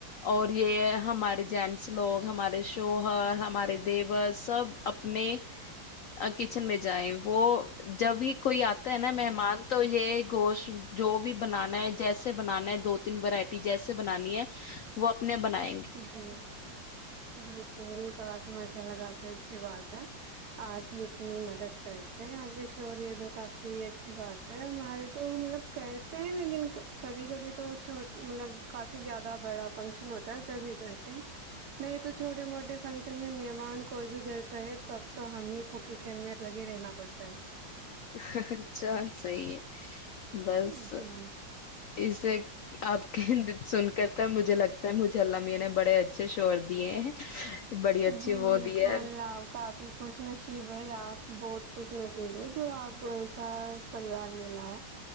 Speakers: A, on the left (about 80°); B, on the right (about 60°).
A: اور یہ ہمارے جینٹس لوگ ہمارے شوہر ہمارے دیوس سب اپنے کچن میں جائے وہ جب ہی کوئی آتا ہے نا ممان تو یہ گوش <inaudible> جو بھی بنانا ہے جیسے بنانا ہے دو تین ورائٹی جیسے بنانی ہے وہ اپتنے بنائیں گے
B: جی بالکل کافی مشاءلہ کاافی اچھی بات آپ ہی اتنی مدد کرتے ہیں آپ کے شور تو کافی اچھی بات ہے ہمارے تو مطلب کرتے ہیں لیکن کبھی کبھی تو چھو مطلب کافی زیادہ بڑا فنکشن ہوتا ہوتا تبھی کرتے نہیں تو چھوے موٹے فنکشن میں مہمان کوئی بھی گھر پہ آئے تو اب تو ہم ہی کو کچن میں لگے رہنا پڑتا ہے
A: اچھا صحی ہے بس
B: ہے جی
A: اسے آپ کے سن کرتا مجھے لگتا میں مج الامی نے بڑے اچھے شور دیے ہیں بڑی اچھی
B: جی
A: وہ
B: بالکل
A: دی ہے
B: آپ کافی خوش نصیب ہے آپ بہت خوش نصیب وہ جو آپ کو ایسا پریوار ملا ہے